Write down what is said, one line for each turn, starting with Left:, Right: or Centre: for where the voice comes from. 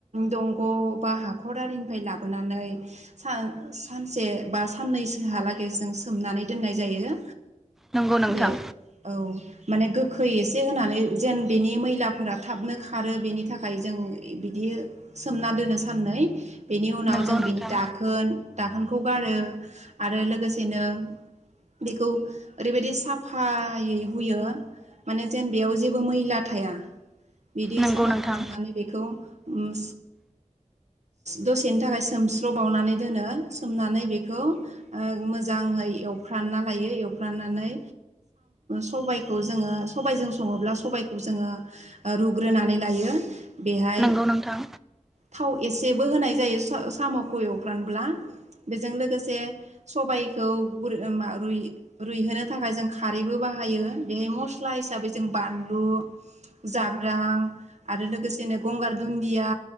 Right: दंग' बा हाखरारिनिफ्राय लाबोनानै सा-सानसे बा साननैसोहालागै जों सोमनानै दोननाय जायो।
Centre: नंगौ नोंथां
Right: बे औ माने गोखै एसे होनानै जेन बेनि मैलाफोरा थाबनो खारो बेनि थाखाय जों बिदि सोमना दोनो साननै बेनि उनाव
Centre: नंगौ
Right: जों
Centre: नोंथां
Right: बिनि दाखोन दाखोनखौ गारो आरो लोगोसेनो बेखौ ओरैबायदि साफायै हुयो। माने जेन बेयाव जेबो मैला थाया। बिदि
Centre: नंगौ
Right: साफा
Centre: नोंथां
Right: खालामनानै बेखौ उम दसेनि थाखाय सोमस्र'बावनानै दोनो सोमनानै बेखौ ओ मोजांङै एवफ्रानना लायो एवफ्राननानै सबायखौ जोंङो सबबायजों संङोब्ला सबायखौ जोंङो ओ रुग्रोनानै लायो। बेहाय
Centre: नंगौ नोंथां
Right: थाव एसे जेबो होनाय जायो स साम'खौ एवफ्रानब्ला बेजों लोगोसे सबायखौ रुग्रो रुइहोनो थाखाय जों खारैबो बाहायो बे मस सिख्ला हिसाबै जों बानलु जाब्रां आरो लोगोसेनो गंगार दुदिया